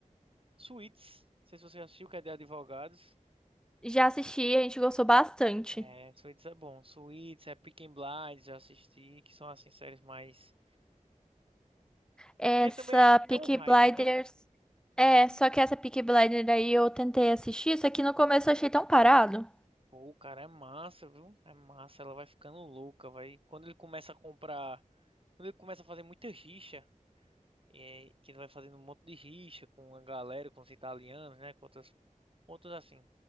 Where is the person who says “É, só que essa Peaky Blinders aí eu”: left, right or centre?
Centre